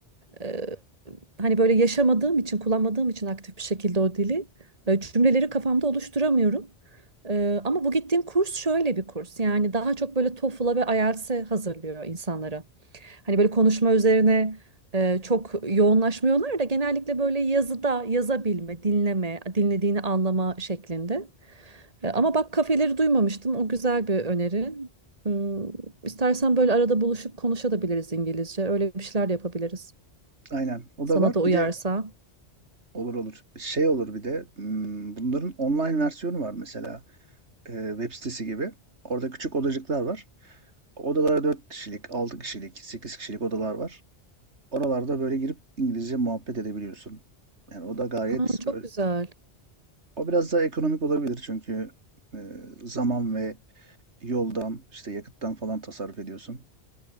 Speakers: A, on the right; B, on the right.
A: E, hani böyle yaşamadığım için, kullanmadığım için aktif bir şekilde o dili e, cümleleri kafamda oluşturamıyorum. E, ama bu gittiğim kurs şöyle bir kurs. Yani daha çok böyle TOEFL'a ve IELTS'e hazırlıyor insanları. Hani böyle konuşma üzerine e, çok yoğunlaşmıyorlar da genellikle böyle yazıda yazabilme, dinleme, dinlediğini anlama şeklinde. E, ama bak kafeleri duymamıştım. O güzel bir öneri. Hmm, İstersen böyle arada buluşup konuşabiliriz İngilizce. Öyle bir şeyler de yapabiliriz.
B: Aynen. O
A: Sana
B: da var.
A: da uyarsa.
B: Bir de olur olur. Şey olur bir de hmm, bunların online versiyonu var mesela. e, web sitesi gibi. Orada küçük odacıklar var. Odalara 4 kişilik, 6 kişilik, 8 kişilik odalar var. Oralarda böyle girip İngilizce muhabbet edebiliyorsun. Yani o da gayet
A: Ha, çok
B: böyle.
A: güzel.
B: O biraz daha ekonomik olabilir çünkü e, zaman ve Yoldan, işte yakıttan falan tasarruf ediyorsun.